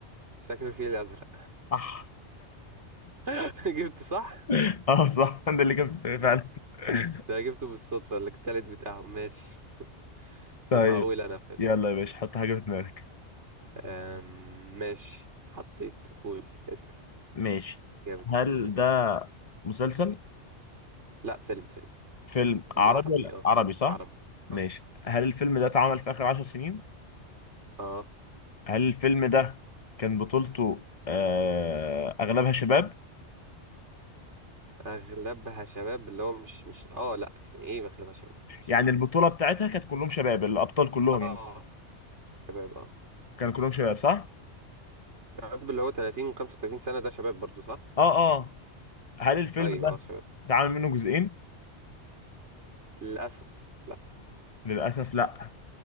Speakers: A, on the right; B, on the left.
A: شكله الفيل الازرق
B: صح
A: <laughs> جبته صح
B: <laughs> اه صح ده اللي كان في دماغي فعلا
A: جامد
B: <laughs>
A: ده جبته بالصدفه التالت بتاعهم ماشي
B: طيب
A: طب هقول انا فيلم
B: يلا يا باشا حط حاجه في دماغك
A: أم... ماشي حطيت قول اسال
B: ماشي
A: جامد الفيلم
B: هل
A: ده
B: ده مسلسل
A: لا فيلم فيلم
B: فيلم
A: فيلم
B: عربي
A: عربي
B: ولا
A: اه
B: عربي صح
A: عربي
B: ماشي
A: اه
B: هل الفيلم ده اتعمل في آخر عشر سنين
A: اه
B: هل الفيلم ده كان بطولته آه أغلبها شباب
A: اغلبها شباب اللي هو مش مش اه لا يعني ايه اغلبها شباب مش
B: يعني
A: فاهم
B: البطولة بتاعتها كانت كلهم شباب الأبطال كلهم
A: اه
B: يعني
A: شباب اه
B: كانوا كلهم شباب صح
A: شباب اللي هو 30 35 سنه ده شباب برضو صح
B: اه اه هل الفيلم
A: ايوه
B: ده
A: اه شباب
B: اتعمل منه جزئين
A: للأسف لا
B: للأسف لا